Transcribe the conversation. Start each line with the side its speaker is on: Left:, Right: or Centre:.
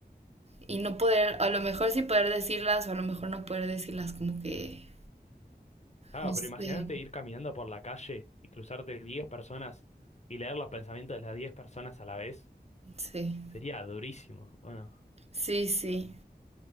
Right: y no poder, a lo mejor sí poder decirlas o a lo mejor no poder decirlas como que...
Left: Claro,
Right: No sé,
Left: pero imagínate ir caminando por la calle y cruzarte 10 personas y leer los pensamientos de las 10 personas a la vez.
Right: sí,
Left: Sería durísimo. Bueno,
Right: sí, sí.